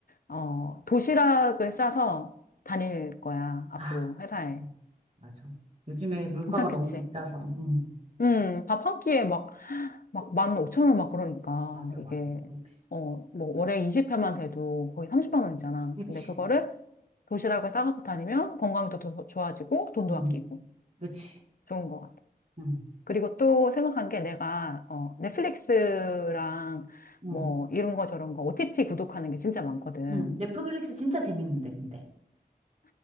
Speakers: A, on the left; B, on the right.
A: 어, 도시락을 싸서 다닐 거야. 앞으로
B: 아,
A: 회사에.
B: 음, 맞아. 요즘에 물가가
A: 괜찮겠지?
B: 너무 비싸서, 응.
A: 음, 밥 한 끼에 막 막 15,000원 막 그러니까
B: 맞아,
A: 이게
B: 맞아. 너무 비싸.
A: 어 뭐 월에 20회만 돼도 거의 30만 원 있잖아.
B: 그치.
A: 근데 그거를 도시락을 싸갖고 다니면 건강도 더 좋아지고 돈도
B: 응,
A: 아끼고
B: 그치.
A: 좋은 것 같아.
B: 응,
A: 그리고 또 생각한 게 내가 어 넷플릭스랑
B: 응,
A: 뭐 이런 거 저런 거 OTT 구독하는 게 진짜 많거든.
B: 응. 넷플릭스 진짜 재밌는데, 근데.